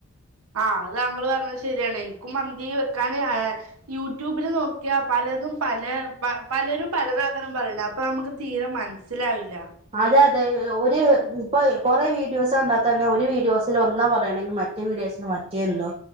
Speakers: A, on the right (about 80°); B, on the right (about 25°).
A: ആഹ് അത് താങ്കള് പറഞ്ഞത് ശരിയാണ് എനിക്കും മന്തി വെക്കാന് ആ യൂട്യൂബില് നോക്കിയ പലതും പല പ പലരും പലതാക്കാരും പറയുന്ന അപ്പൊ നമുക്ക് തീരെ മനസ്സി സിലാവില്ല
B: അതെ അതെ ഒരു ഇപ്പൊ കൊറെ വീഡിയോസ് കണ്ടാതന്നെ ഒരു വീഡിയോസിൽ ഒന്നാ പറയണെങ്കിൽ മറ്റേ റ്റേ വീഡിയോസില് മറ്റേ എന്തോ